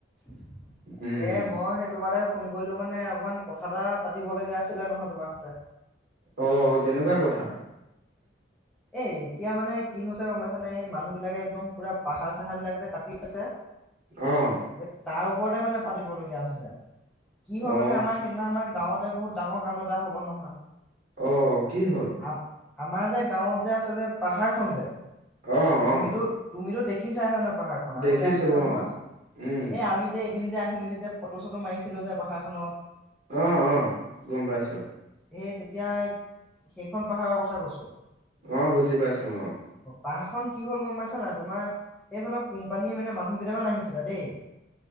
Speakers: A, in the centre; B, on the right.
A: তাকে
B: উম
A: মই সেই তোমালে ফোন কৰিলো মানে অকমান কথা এটা পাতিব লগীয়া আছিলে নহয়, তোমাৰ হতে-
B: অ, কেনেকুৱা কথা।
A: এ, এতিয়া মানে কি হৈছে গম পাইছ নে এই মানুহ বিলাকে একদম পুৰা- পাহাৰ, চাহাৰ বিলাক যে কাটি আছে।
B: আহ।
A: এই তাৰ ওপৰতে মানে পাতিবলগীয়া আছিলে কি হয়
B: অ
A: মানে আমাৰ সেইদিনা আমাৰ গাঁৱত বহুত ডাঙৰ কাণ্ড এটা হ'ল নহয়।
B: অ, কি হ'ল?
A: আম আমাৰ যে গাঁৱত যে, আছে যে, পাহাৰ খন যে,
B: অ
A: তুমিতো,
B: অ
A: তুমিতো দেখিছাই হয়, ন। পাহাৰ খন
B: দেখিছো
A: আগতে আহিছা নহয়,
B: অ উম
A: এই আমি যে এদিন যে আহি মেলি যে ফটো চটো মাৰিছিলো যে পাহাৰখনত
B: অ', অ', গম পাইছো।
A: সেই তেতিয়া সেইখন পাহাৰৰ কথা কৈছো।
B: অ, বুজি পাইছো অ'।
A: পাহাৰ খন কি হ'ল গম পাইছা না, তোমাৰ? এইফালৰ কোম্পানী মানে মানুহ কেইটামান আহিছিলা দেই